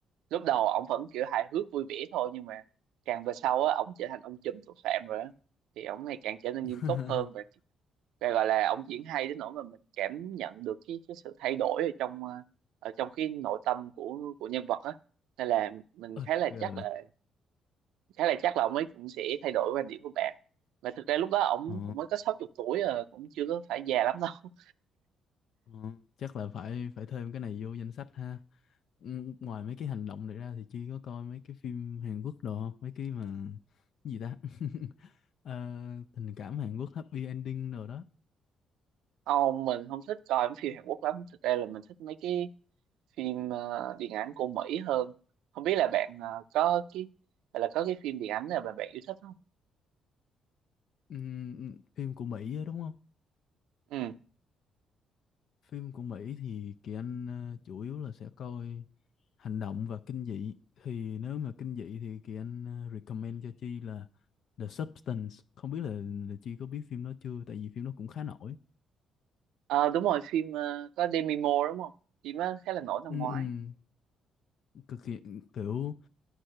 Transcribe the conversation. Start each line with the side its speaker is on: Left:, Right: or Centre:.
Right: lúc đầu ổng vẫn kiểu hài hước vui vẻ thôi nhưng mà càng về sau á ổng trở thành ông trùm tội phạm rồi á thì ổng ngày càng trở nên nghiêm
Left: <laughs>
Right: túc hơn và và gọi là ổng diễn hay đến nỗi mà mình cảm nhận được cái, cái sự thay đổi ở trong ờ, ở trong cái nội tâm của của nhân vật á nên là mình
Left: ơi
Right: khá là
Left: ghê
Right: chắc
Left: vậy.
Right: là khá là chắc là ông ấy cũng sẽ thay đổi quan điểm của bạn mà thực ra lúc đó ổng
Left: ờ
Right: cũng mới có 60 tuổi rồi cũng chưa có phải già lắm đâu
Left: Ờ, chắc là phải phải thêm cái này vô danh sách ha Ừ, ngoài mấy cái hành động này ra thì Chi có coi mấy cái phim Hàn Quốc đồ không? Mấy cái mà cái gì ta? <laughs> Ờ, tình cảm Hàn Quốc happy ending rồi đó.
Right: Ông mình không thích coi mấy phim Hàn Quốc lắm thực ra là mình thích mấy cái phim ờ, điện ảnh của Mỹ hơn không biết là bạn ờ, có cái hay là có cái phim điện ảnh nào mà bạn yêu thích không
Left: Ừm, phim của Mỹ á, đúng không?
Right: ừ
Left: Phim của Mỹ thì Kỳ Anh ờ, chủ yếu là sẽ coi hành động và kinh dị. Thì nếu mà kinh dị thì Kỳ Anh ờ, recommend cho Chi là The Substance. Không biết là, là Chi có biết phim đó chưa? Tại vì phim đó cũng khá nổi.
Right: Ờ, đúng rồi phim ờ, có Demi Moore đúng không phim đó khá là nổi năm
Left: Ừ,
Right: ngoái
Left: ừ, cực kỳ kiểu